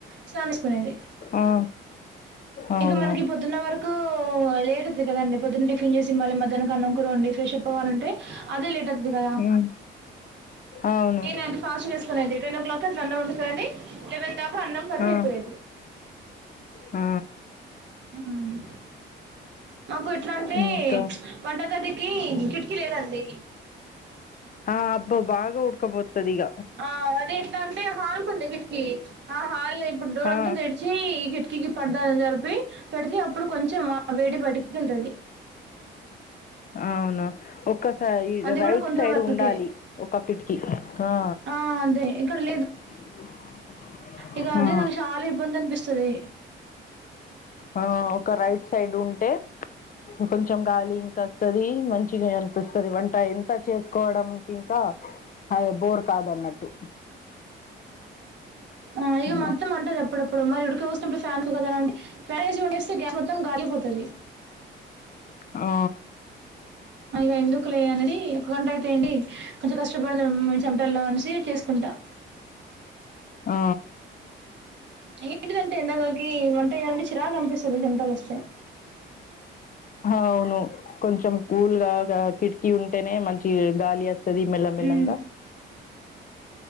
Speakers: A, on the right; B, on the left.
A: స్నానం చేసుకునేది
B: ఆ అవును
A: ఇంకా మనకి పో పొద్దున్న వరకు లేట్ అయింది కదండి పొద్దున్న టిఫిన్ చేసి మళ్లీ మధ్యాహ్నం అన్నం కూర వండి ఫ్రెష్ అప్ అవ్వాలంటే అదే లేట్ అది కదా
B: ఉమ్ అవును
A: నేను అంత ఫాస్ట్ గా చేసుకునేది టెన్ ఓ క్లాక్ అట్లా అన్నం వండుకొని లేవెన్ దాకా అన్నం కర్రీ
B: ఆ
A: అయిపోయేది
B: ఆ
A: ఉమ్ మాకు ఎట్లా అంటే
B: ఇంకా
A: వంటగదికి కిటికీ లేదండి
B: ఆ అబ్బ బాగా ఉడుక కోస్తదిక
A: ఆ అది ఎట్లా అంటే హాల్కుంది కిటికి ఆ హాల్లో ఇప్పుడు డోర్
B: ఆ
A: అంత తెరిస్ చీ కిటికీకి పడదని జరిపి పెడితే అప్పుడు కొంచెం ఆ వేడి బయటికి వెళ్తాది
B: అవునా ఒక్కసై
A: అది
B: రైట్
A: కూడా కొంత
B: సైడ్
A: వరకే
B: ఉండాలి ఒక్క కిటికి ఆ
A: ఆ అదే ఇక్కడ లేదు
B: <unintelligible>
A: ఇక అదే
B: ఆ
A: నాకు చాలా ఇబ్బంది అనిపిస్తుది
B: ఆ ఒక రైట్ సైడ్ ఉంటే కొంచెం గాలి ఇంకా వస్తుది మంచిగా అనిపిస్తుంది వంట ఎంత చేసుకోవడానికి ఇం అదే బోర్ కాదన్నట్టు
A: ఆ ఇక
B: హ్మ్.
A: మా అత్తమ్మ అంటది అప్పుడప్పుడు మరి ఉడక పోస్తున్నప్పుడు ఫ్యాన్స్ ఉంది కదా అని ఫ్యాన్ వేసి వండేస్తే గ్యాస్ మొత్తం గాలిపోతది
B: ఆ
A: ఇక ఎందుకు లే అనేది ఒక గంట అయితడి కొంచెం కష్టపడదాం చెమటల్లో అనేసి చేసుకుంటా
B: ఆ
A: ఏంటిదంటే ఎండగాలికి వంట చేయాలంటే చిరాకుగా అనిపిస్తుంది చెమటలొస్తే
B: అవును కొంచెం కూల్ గా కిటికీ ఉంటేనే మంచి గాలి వేస్త తది మేలా మేలంగా
A: ఉమ్.